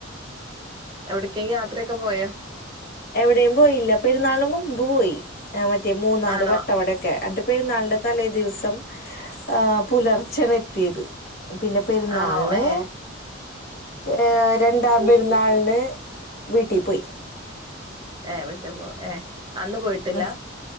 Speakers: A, on the right; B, on the left.
A: എവിടക്കെങ്കും യാത്രയൊക്കെ പോയോ
B: എവിടെയും പോയില്ല പെരുന്നാള് ന് മുമ്പ് പോയി ആ മറ്റേ മൂന്നാറ്
A: ആണോ
B: വട്ടവടൊക്കെ അടെ പെരുന്നാളന്റെ തലേദിവ മ് ആ പുലർച്ചെയാണ് എത്തിയത്. പിന്നെ പെരുന്നാളിന്.
A: ആണോ ഏ
B: ഏ രണ്ടാം പെരുന്നാളിന് വീട്ടി പോയി
A: ഏ വീട്ടി പോ ഏ അന്ന് പോയിട്ടില്ല
B: ആ